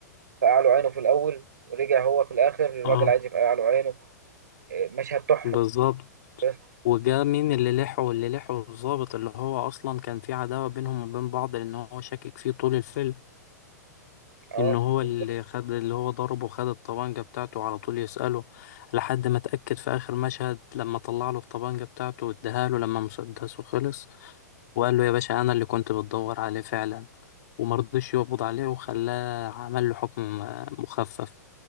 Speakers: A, on the right (about 80°); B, on the left (about 60°).
A: فقع له عينه في الاول ورجع هو في الاخر الراجل
B: اه
A: عايز يفقع له عينه مشهد تحفه
B: بالظبط
A: بس
B: وجا مين اللي لحه اللي لحه الضابط اللي هو اصلا كان في عداوة بينهم وبين بعض لان هو شاكك فيه طول الفيلم
A: اه
B: ان هو
A: بالظبط
B: اللي خد اللي هو ضربه خد الطبانجة بتاعته على طول يسأله لحد ما اتأكد في اخر مشهد لما طلع له الطبانجة بتاعته واداها له لما مسدسه خلص وقال له يا باشا انا اللي كنت بتدور عليه فعلا ومرضيش يقبض عليه وخلاه عمل له حكم آه، مخفف